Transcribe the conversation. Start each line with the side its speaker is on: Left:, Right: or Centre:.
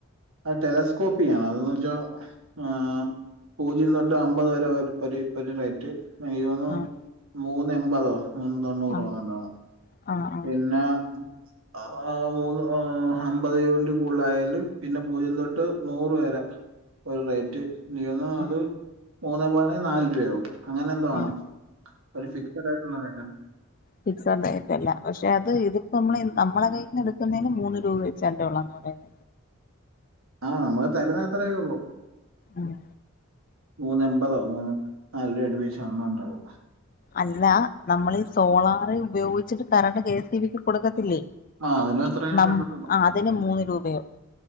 Right: അത് ടെലസ്കോപ്പിയ്യണം അതെന്ന് വെച്ച ഏഹ് പൂജ്യം തൊട്ട് അമ്പത് വരെ ഒര് ഒര് റൈറ്റ് മെയ് വനൊ
Left: ആഹ്
Right: മൂന്ന് എമ്പതൊ മൂന്ന് തൊണ്ണൂറൊ
Left: ആഹ്
Right: അങ്ങനെന്താണൊ
Left: ആഹ് ആഹ്
Right: പിന്നാ ആഹ് മൂന്ന് ആഹ് അമ്പത് യൂൺറ്റ് കൂട്ലായാല് പിന്ന പൂജ്യം തൊട്ട് നൂറ് വരെ ഒര് റേറ്റ് നീന്ന് അത്
Left: ആഹ്
Right: മൂന്നെ പോയണൽ നാല് രൂപയാകും അങ്ങനെന്തൊ ആണ്
Left: ആഹ്
Right: ഒരു ഫിക്സ്ഡായിട്ടുള്ള റൈറ്റല്ല
Left: ഫിക്സ്ഡ് റൈറ്റല്ല പക്ഷെ അത് ഇതിപ്പോ മ്മളെ നമ്മള കയ്യ്ന്ന് എട്ക്ക്ന്നേന് മൂന്ന് രൂപ വെച്ചാൺണ്ടെ ഉള്ളന്ന് പറയ്ന്ന്
Right: ആഹ് നമ്മള് തര്ന്നത്രയെ ഉള്ളു
Left: ആഹ്
Right: മൂന്നെ എമ്പതൊ മൂന്നൊ നാൽരൂബ അട്പ്പിച്ച് വന്നണ്ടാവു
Left: അല്ല നമ്മളീ സോളാറ് ഉപയോഗിച്ച്ട്ട് കറണ്ട് കെ സി ബിക്ക് കൊട്ക്കത്തില്ലെ
Right: ആ അതിനും അത്രയും
Left: ന്നമ്മ്
Right: കിട്ടത്തുള്ളൂ
Left: ആഹ് അതിന് മൂന്ന് രൂബയാവും